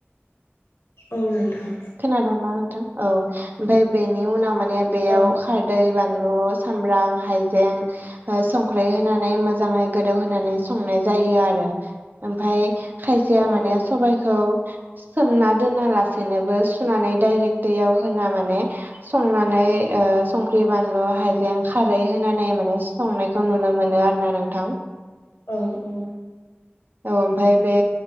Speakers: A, on the left; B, on the right.
A: औ नोंथां
B: खोनादों ना नोंथां औ ओमफ्राय बेनि उनाव माने बेयाव
A: औ
B: खारदै बानलु सामब्राम हाइजें ओ संख्रि होनानै मोजाङै गोदौ होनानै संनाय जायो आरो ओमफाय खायसेया
A: औ
B: माने
A: औ
B: सबाइखौ सोमना दोना लासेनोबो सुनानै डाइरेक्ट दैयाव होना माने संनानै ओ संख्रि बानलु हाइजें खारै होनानै माने संनायखौ नुनो मोनो आरोना नोंथां।
A: ओं उ
B: औ ओमफाय बे